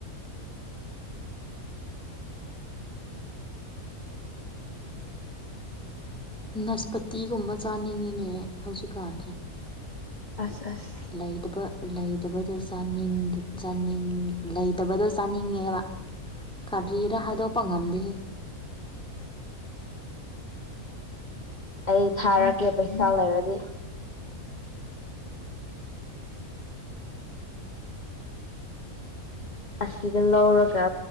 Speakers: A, in the centre; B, on the left (about 30°).
A: ꯅꯁꯄꯇꯤꯒꯨꯝꯕ ꯆꯥꯅꯤꯡꯉꯤꯅꯦꯍ ꯍꯧꯖꯤꯛꯀꯥꯟꯁꯦ
B: ꯑꯁ ꯑꯁ
A: ꯂꯩꯇꯕ ꯂꯩꯇꯕꯗꯣ ꯆꯥꯅꯤꯡ ꯆꯥꯅꯤꯡ ꯂꯩꯇꯕꯗꯣ ꯆꯥꯅꯤꯡꯉꯦꯕ ꯀꯔꯤꯔ ꯍꯥꯏꯗꯣꯛꯄ ꯉꯝꯗꯦꯦ
B: ꯑꯩ ꯊꯥꯔꯒꯦ ꯄꯩꯁꯥ ꯂꯩꯔꯗꯤ ꯑꯁꯤꯗ ꯂꯧꯔꯒ